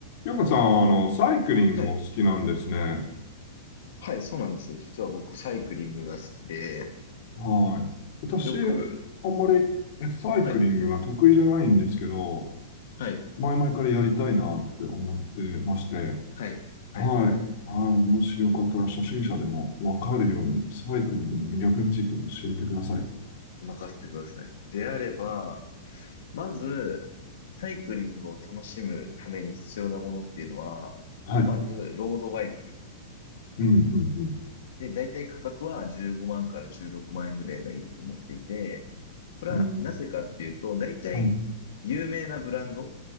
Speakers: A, on the left; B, on the left.
A: ゆうかさん、あの、サイクリングも好きなんですね。
B: はい。はい、そうなんですよ。実は僕、サイクリングが好きで、
A: はい。私、
B: よく、
A: あんまりえサイクリングが得意じゃないんですけど、
B: はい、はい、
A: 前々からやりたいなって思ってまして、
B: はい、はい、
A: はい。はい。もしよかったら初心者でもわかるように、サイクリングの魅力について教えてください。
B: 任せてください。であれば、まず、サイクリングを楽しむために必要なものっていうのは、
A: はい。う
B: まず、ロードバイク。
A: ん、うん、
B: で、大体価格は15万から16万円ぐらいがいいと思っていて、これはなぜかっていうと、
A: うん。うん、
B: 大体、
A: はい。
B: 有名なブランド、